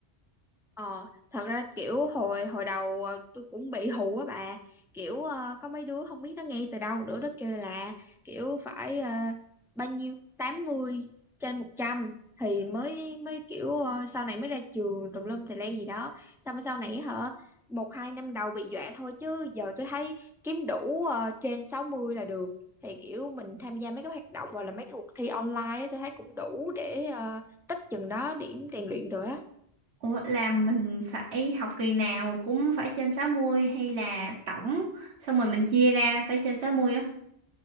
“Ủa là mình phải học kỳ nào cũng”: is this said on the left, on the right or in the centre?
Right